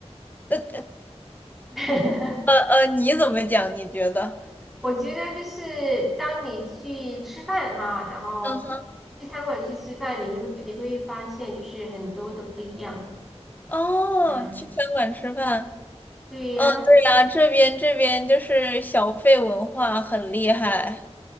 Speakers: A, on the left; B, in the centre.
A: 呃
B: <laughs>
A: 呃呃，你怎么讲？你觉得？
B: 我觉得就是当你去吃饭哈，然后去餐馆去吃饭，
A: 嗯哼，
B: 你会你会发现就是很多的不一样。
A: 哦，
B: 嗯，
A: 去餐馆吃饭，
B: 对，然后
A: 对呀，这边这边就是小费文化很厉害。